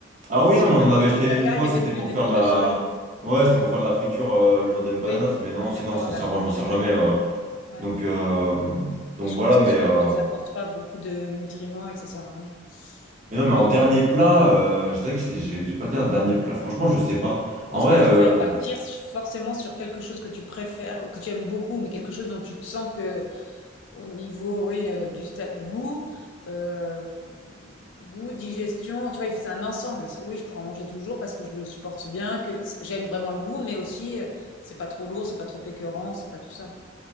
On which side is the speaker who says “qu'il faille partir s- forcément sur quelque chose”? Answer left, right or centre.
Left